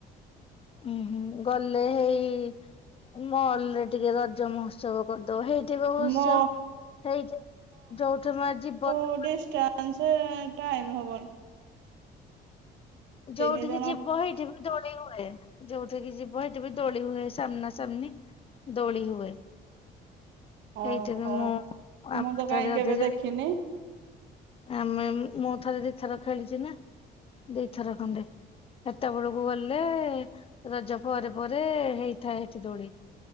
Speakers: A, on the left; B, on the right.
A: ଉୁଁ ହୁଁ ଗଲେ ହେଇ ମଲରେ ଟିକେ ରଜ ମହୋତ୍ସବ କରିଦବ ହେଇ ଥିବସ୍ୟ
B: ମୋ
A: ହେଇଯା ଯୋଉଠୁ ମୁଆଜି ଯିବନ
B: କୋଡିଷ୍ଟା ମାନେସେ ଟାଇମ୍ ହବନି।
A: ଯୋଉଠିକି
B: ତିନି ଜଣ
A: ଯିବ ହେଇଠିବି ଦୋଳି ହୁଏ ଯୋଉଠିକିି ଯିବ ହେଟିବି ଦୋଳି ହୁଏ ସାମ୍ନା ସାମ୍ନି ଦୋଳି ହୁଏ। ସେଇଠି
B: ଓହୋ
A: ବି ମୁଁ ଆମେ
B: ମୁଁତ କାଇଁ
A: ଥରେ
B: କେବେ
A: ଅଧେ ଯାଇ
B: ଦେଖିନି।
A: ଆମେ ମୁଁ ଥରେ ଦି ଥର ଖେଳିଚିନା ଦି ଥର ଖଣ୍ଡେ। ହେତ ବଳକୁ ଗଲେ ରଜ ପରେ ପରେ ହେଇଥାଏ ହେଟି ଦୋଳି।